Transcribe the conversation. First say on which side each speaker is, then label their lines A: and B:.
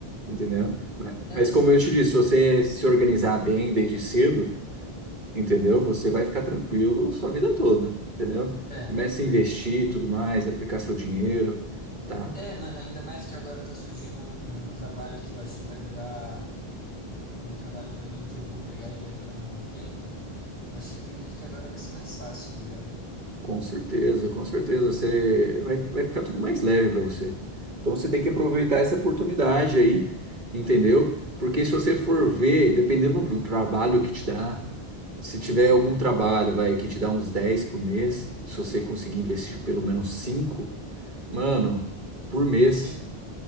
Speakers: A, on the right (about 50°); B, on the left (about 45°).
A: entendeu? Ma-
B: É,
A: Mas
B: é,
A: como
B: sim,
A: eu te
B: sim.
A: disse, se você se organizar bem desde cedo, entendeu? Você vai ficar tranquilo sua vida toda, entendeu?
B: É.
A: Comece a investir e tudo mais, aplicar seu dinheiro, tá?
B: É, mano, ainda mais que agora tá surgindo um, um trabalho que eu acho que vai durar, tipo, um trabalho pra mim que eu vou pegar e vai durar um bom tempo. Acho que acredito que agora vai ser mais fácil, tá ligado?
A: Com certeza, com certeza. Você vai, vai ficar tudo mais leve para você. Então você tem que aproveitar essa oportunidade aí, entendeu? Porque se você for ver, dependendo do trabalho que te dá, se tiver algum trabalho, vai, que te dá uns 10 por mês, e se você conseguir investir pelo menos 5 mano, por mês,
B: Sim,